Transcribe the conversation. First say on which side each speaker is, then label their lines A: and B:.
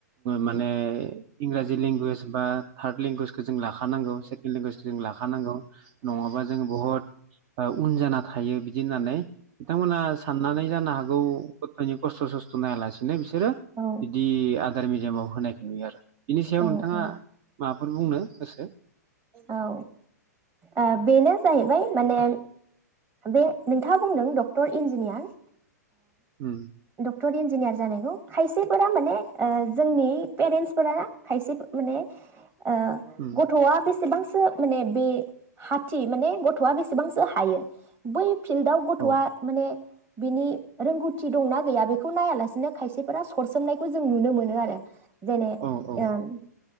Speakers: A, on the right; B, on the right.
A: माने इंराजि लेंगुवेज बा थार्द लेंगुवेजखौ जों लाखानांगौ लेंगुवेजखौ जों लाखानांगौ नङाबा जों बहाबा ओ उन जाना थायो बिदि होननानै बिथांमोना साननानै जानो हागौ गथ'नि खस्थ' सस्थ' होआ लासिनो बिसोरो
B: औ
A: बिदि आदार बिजाबाव होनायखौ नुयो आरो बिनि सायाव
B: औ
A: नोंथाङा
B: औ
A: मा बाबेफोर बुंनो गोसो?
B: औ ओ बेनो जाहैबाय माने बे नोंथाङा बुंदों डक्टर इन्जिनियार
A: ओम
B: टर इन्जिनियार जानायखौ खायसेफोरा माने ओ जोंनि पेरेन्टसफोरा खायसे माने ओ
A: उम
B: ग बेसेबांसो माने बे हाथि माने गथ'आ बेसेबांसो हायो बै। फिल्डआव गथ'आ
A: औ
B: माने। बिनि रोंगौथि दंना गैया बेखौ नायालासिनो खायसेफोरा सरसोमनायखौ जों नुनो मोनो आरो। जेने
A: औ औ
B: ओम।